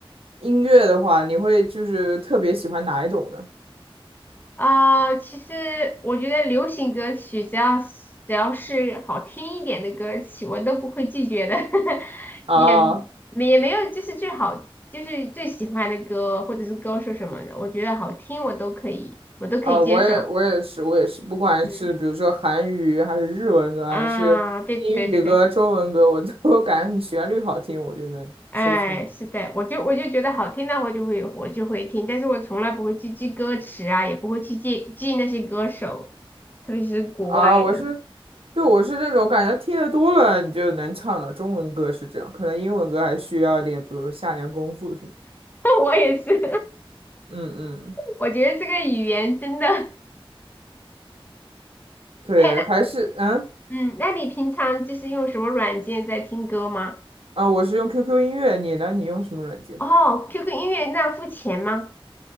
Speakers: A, on the right (about 75°); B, on the left (about 20°).
A: 音乐的话，你会就是特别喜欢哪一种呢？
B: 啊、其实我觉得流行歌曲只要是只要是好听一点的歌曲，我都不会拒绝的，<laughs>
A: 啊
B: 也也没有就是最好就是最喜欢的歌或者是歌手什么的，我觉得好听我都可以，我都可以接受。
A: 啊，我也我也是我也是，不管是比如说韩语还是日文歌，
B: 嗯啊，
A: 还是英语歌、
B: 对对对对，
A: 中文歌，我都 <laughs> 感觉你旋律好听，我就能收藏。
B: 哎，是的，我就我就觉得好听的我就会我就会听，但是我从来不会去记歌词啊，也不会去记记那些歌手，特别是国外的，
A: 啊，我是，对，我是那种感觉听得多了你就能唱了。中文歌是这样，可能英文歌还需要一点，比如下点功夫什么。
B: <laughs> 我也是。
A: 嗯嗯，
B: 我觉得这个语言真的，<laughs>
A: 对，
B: 哎，那
A: 还是嗯
B: 嗯，那你平常就是用什么软件在听歌吗？
A: 啊，我是用 QQ 音乐，你呢？你用什么软件？
B: 哦，QQ 音乐那付钱吗？